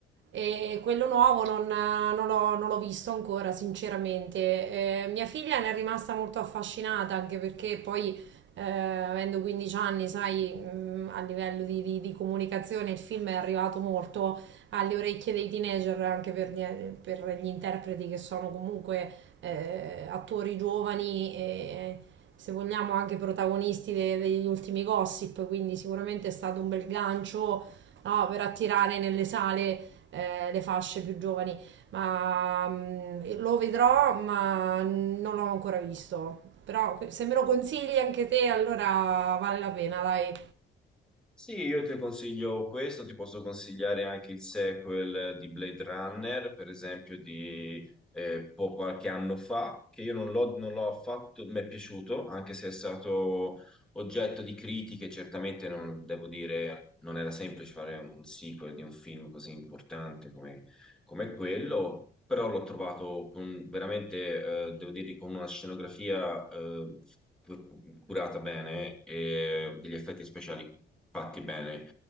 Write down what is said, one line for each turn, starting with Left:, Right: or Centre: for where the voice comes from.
Right: E quello nuovo non, non l'ho non l'ho visto ancora, sinceramente. Eh, mia figlia ne è rimasta molto affascinata, anche perché poi, eh, avendo 15 anni, sai, mh, a livello di, di- di comunicazione il film è arrivato molto alle orecchie dei teenager, anche per gli, per gli interpreti che sono comunque eh, attori giovani e, se vogliamo, anche protagonisti de- degli ultimi gossip, quindi sicuramente è stato un bel gancio no, per attirare nelle sale eh, le fasce più giovani, ma mm, lo vedrò, ma non l'ho ancora visto. Però se me lo consigli anche te, allora vale la pena, dai.
Centre: Sì, io ti consiglio questo, ti posso consigliare anche il sequel di Blade Runner, per esempio, di eh, po- qualche anno fa, che io non l'ho non l'ho affatto, mi è piaciuto, anche se è stato oggetto di critiche, certamente non, devo dire, non era semplice fare un sequel di un film così importante come quello, però l'ho trovato con- veramente, eh, devo dire, con una scenografia eh, cu- curata bene e degli effetti speciali fatti bene.